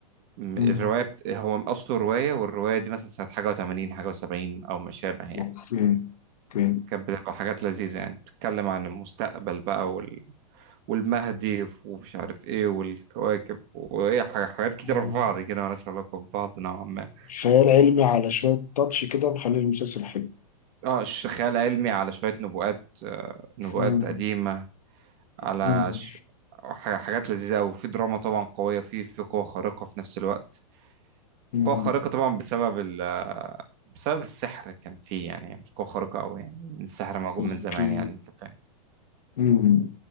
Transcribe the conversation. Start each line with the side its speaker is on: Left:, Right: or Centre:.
Right: م-
Left: مم.
Right: الروايه بت... هو اصله روايه والروايه دي مثلا سنه حاجه و80 حاجه و70 او ما شابه يعني
Left: اوكي اوكي
Right: كانت بتبقى حاجات لذيذه يعني بتتكلم عن المستقبل بقى وال... والمهدي ومش عارف ايه والكواكب وايه حاجة- حاجات كتيره
Left: مم.
Right: في بعض كده مالهاش علاقه ببعض نوعا ما
Left: خيال علمي على شويه تاتش كده مخلي المسلسل حلو
Right: اه ش- خيال علمي على شوية نبوءات آه، نبوءات
Left: مم.
Right: قديمة على
Left: مم.
Right: ش... ح- حاجات لذيذة أوي في دراما طبعا قوية في في قوة خارقة في نفس الوقت
Left: مم.
Right: قوة خارقة طبعا بسبب ال... آه، بسبب السحر كان فيه يعني مش قوة خارقة أوي يعني السحر موجود
Left: اوكي
Right: من زمان يعني أنت فاهم
Left: مم.